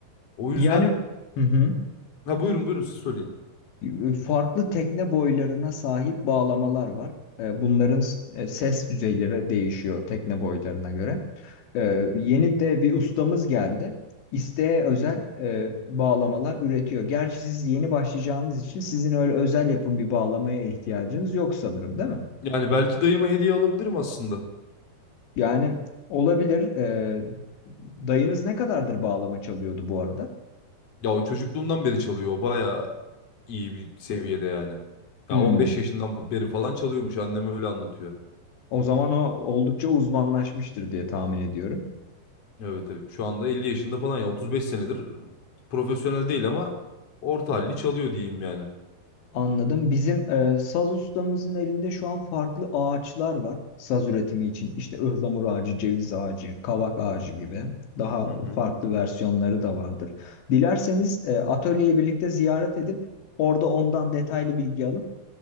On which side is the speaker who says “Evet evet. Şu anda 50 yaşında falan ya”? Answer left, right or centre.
Left